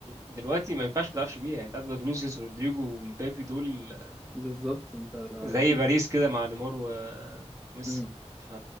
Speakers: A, on the right; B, in the centre.
A: دلوقتي ما ينفعش ما تلعبش بيها يعني انت عندك فينيسيوس ورودريجو ومبابي دول آه،
B: بالظبط انت اسم
A: زي باريس كده مع نيمار وميسي
B: امم
A: ف